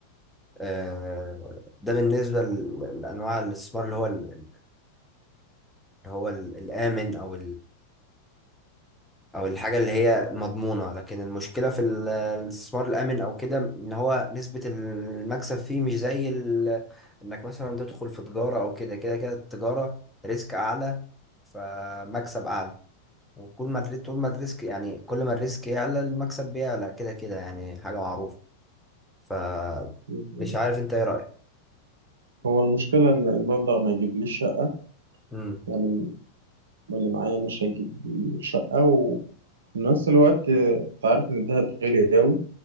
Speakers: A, in the centre; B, on the right (about 65°).
A: آه، ده بالنسبه ل- لانواع الاستثمار اللي هو ال- اللي هو ال- الامن او او الحاجه اللي هي مضمونه لكن المشكله في ال- الاستثمار الامن او كده ان هو نسبه المكسب فيه مش زي ال... انك مثلا تدخل في تجاره او كده كده كده التجاره ريسك اعلى فمكسب اعلى وكل ما الري- طول ما الريسك يعني كل ما الريسك يعلى المكسب بيعلى كده كده يعني حاجه معروفه ف
B: مظبوط.
A: مش عارف انت ايه رايك
B: هو المشكلة إن المبلغ ما يجيبليش شقة
A: امم
B: يعني اللي معايا مش هيجيب شقة وفي نفس الوقت آه، أنت عارف إن الدهب غالي أوي